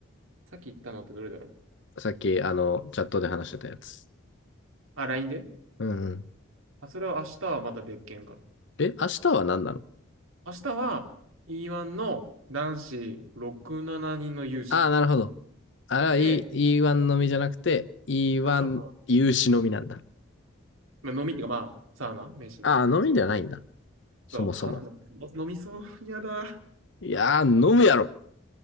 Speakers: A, on the right; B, on the left.
A: さっき言ったのってどれだろう
B: た。さっき、あの、チャットで話してたやつ。
A: あ、LINE で
B: うん、うん。
A: あ、それは明日はまた別件かな。
B: え、明日は何なの
A: 明日は E1 の男子6、7人の有志
B: ああ、なるほど。ああ、
A: で、
B: E、ワ1のみじゃなくて、E1
A: あ、そうそ
B: 有志のみなんだ。
A: う、まあ、飲みっていうかまあ、サウナ、飯と。
B: ああ、飲みではないんだ。
A: そう。そう、
B: そもそも。
A: かな、どうせ飲みそう、やだ。
B: いやー、飲むやろ。